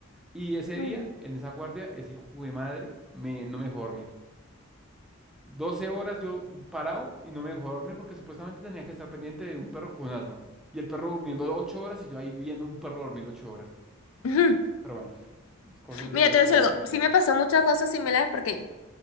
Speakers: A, in the centre; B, on the left (about 70°).
A: Y ese
B: Ujú.
A: día, en esa guardia, ese hijo de madre me, no me dejó dormir. doce horas yo parado y no me dejó dormir porque supuestamente tenía que estar pendiente de un perro con asma. Y el perro durmiendo 8 horas y yo ahí viendo un perro dormir 8 horas.
B: Ujú.
A: Pero bueno. Cosas
B: Mira,
A: de,
B: te
A: de
B: voy a decir
A: veterinarios.
B: algo. Sí me pasó muchas cosas similares porque